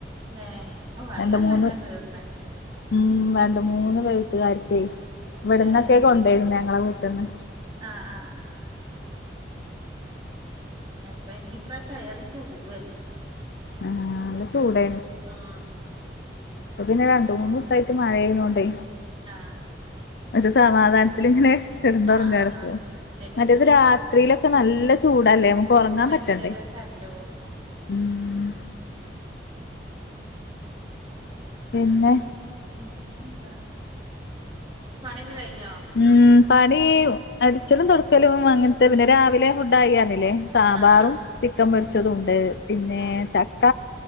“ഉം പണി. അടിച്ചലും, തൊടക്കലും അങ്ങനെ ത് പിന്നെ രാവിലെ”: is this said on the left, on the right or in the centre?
Left